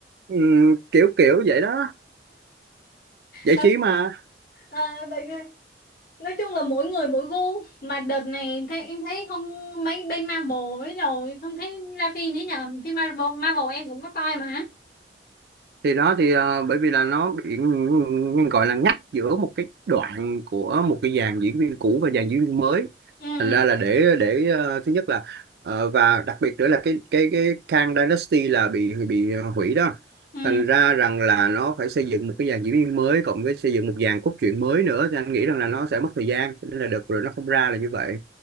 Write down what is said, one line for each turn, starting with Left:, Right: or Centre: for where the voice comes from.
Right: Ừm, kiểu kiểu vậy đó giải
Left: <laughs>
Right: trí mà
Left: Ờ, vậy nói chung là mỗi người mỗi gu mà đợt này thấy em thấy không mấy bên Marvel với rồi không thấy ra phim nữa nhờ phim Marvel Marvel em cũng có coi mà
Right: thì đó thì ờ, bởi vì là nó bị gọi là ngắt giữa một cái đoạn của một cái dàn diễn viên cũ và dàn diễn viên mới
Left: ừ
Right: thành ra là để để ờ, thứ nhất là ờ, và đặc biệt nữa là cái cái cái Kang Dynasty là bị bị hủy đó
Left: ừ
Right: thành ra rằng là nó phải xây dựng một cái dàn diễn viên mới cộng với xây dựng một dàn cốt truyện mới nữa thì anh nghĩ rằng là nó sẽ mất thời gian Cho nên là đợt rồi nó không ra là như vậy